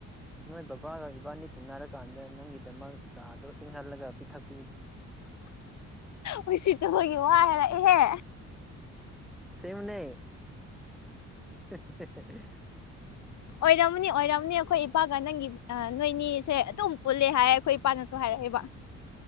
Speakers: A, in the centre; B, on the left.
A: ꯅꯣꯏ ꯕꯕꯥꯒ ꯏꯕꯥꯅꯤ ꯇꯤꯟꯅꯔꯀꯥꯟꯗ ꯅꯪꯒꯤꯗꯃꯛ ꯆꯥꯗꯣ ꯏꯪꯍꯜꯂꯒ ꯄꯤꯊꯛ
B: ꯍ ꯁꯤꯠꯇ ꯃꯣꯏꯒꯤ ꯋꯥꯏ ꯍꯥꯏꯔꯛꯏꯍꯦ
A: ꯁꯤꯃꯤꯅꯦ <unintelligible> <inaudible>
B: ꯑꯣꯏꯔꯝꯃꯅꯤ ꯑꯣꯏꯔꯝꯅꯤ ꯑꯩꯈꯣꯏ ꯏꯄꯥꯒ ꯅꯪꯒꯤ ꯅꯣꯏꯅꯤꯁꯦ ꯑꯗꯨꯝ ꯄꯨꯜꯂꯦ ꯍꯥꯏ ꯑꯩꯈꯣꯏ ꯏꯄꯥꯅꯁꯨ ꯍꯥꯏꯔꯛꯦ ꯇꯔꯕ